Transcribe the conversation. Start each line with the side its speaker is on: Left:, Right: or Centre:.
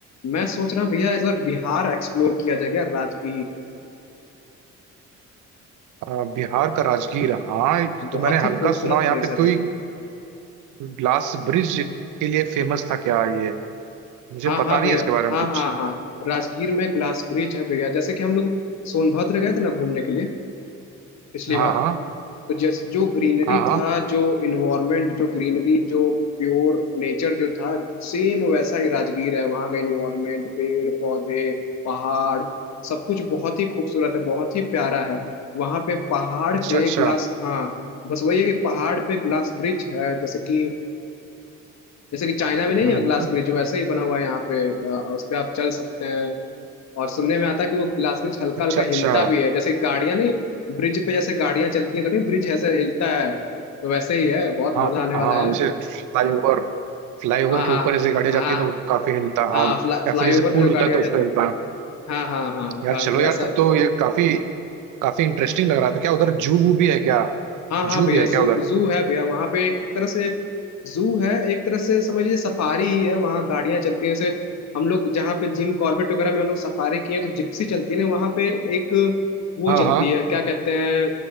Left: मैं सोच रहा हूँ भैया इस बार बिहार एक्सप्लोर किया जाए क्या राजगीर
Right: अ, बिहार का राजगीर हाँ ये
Left: बहुत
Right: तो मैंने
Left: ही
Right: हल्का
Left: खूबसूरत
Right: सुना हो, यहाँ
Left: प्लेस
Right: पे कोई
Left: है भैया
Right: ग्लास ब्रिज के लिए फेमस था क्या ये मुझे
Left: हाँ
Right: पता
Left: हाँ
Right: नहीं
Left: भैया
Right: है इसके बारे में
Left: हाँ
Right: कुछ
Left: हाँ हाँ राजगीर में ग्लास ब्रिज है भैया जैसे कि हम लोग सोनभद्र गए थे ना घूमने के लिए पिछली
Right: हाँ
Left: बार
Right: हाँ
Left: तो जैसे जो ग्रीनरी
Right: हाँ हाँ
Left: था जो इन्वायरमेंट जो ग्रीनरी जो प्योर नेचर जो था सेम वैसा ही राजगीर है वहाँ का इन्वायरमेंट पेड़ पौधे पहाड़ सब कुछ बहुत ही खूबसूरत है बहुत ही प्यारा है वहाँ पे पहाड़
Right: अच्छा
Left: पे
Right: अच्छा
Left: ग्लास हाँ बस वही है कि पहाड़ पे ग्लास ब्रिज है जैसे कि जैसे कि चाइना में नहीं
Right: हम्म
Left: है
Right: हम्म,
Left: ग्लास ब्रिज वैसे ही बना हुआ है यहाँ पे अ, उस पे आप चल सकते हैं और सुनने में आता है कि वो ग्लास ब्रिज हल्का
Right: अच्छा
Left: हल्का
Right: अच्छा
Left: हिलता भी है जैसे गाड़ियां नहीं ब्रिज पे जैसे गाड़ियां चलती हैं तो नहीं ब्रिज ऐसे हिलता है तो वैसे ही है बहुत
Right: हाँ
Left: मजा आने
Right: हाँ
Left: वाला है
Right: जैसे फ्लाईओवर फ्लाईओवर
Left: हाँ हाँ
Right: के ऊपर जैसे गाड़ी
Left: हाँ
Right: जाती है तो काफी हिलता
Left: हाँ
Right: हाँ
Left: फ्ला, फ्लाई
Right: या फिर जैसे
Left: ओवर पे
Right: पुल
Left: जो गाड़ियां
Right: होता है तो
Left: जाती
Right: उस पर हिलता
Left: हैं हाँ हाँ हाँ
Right: यार
Left: का,
Right: चलो
Left: वैसा
Right: यार तब तो ये काफी काफी इंटरेस्टिंग लग रहा था क्या उधर जू वू भी है क्या
Left: हाँ हाँ
Right: जू
Left: भैया
Right: भी है
Left: जू
Right: क्या उधर
Left: जू है भैया वहाँ पे एक तरह से जू है एक तरह से समझ लीजिए सफारी ही है वहाँ गाड़ियाँ चलती हैं जैसे हम लोग जहाँ पे जिम कॉर्बेट वगैरह में हम लोग सफारी किए हैं तो जिप्सी चलती है ना वहाँ पे एक वो
Right: हाँ
Left: चलती
Right: हाँ
Left: है क्या कहते हैं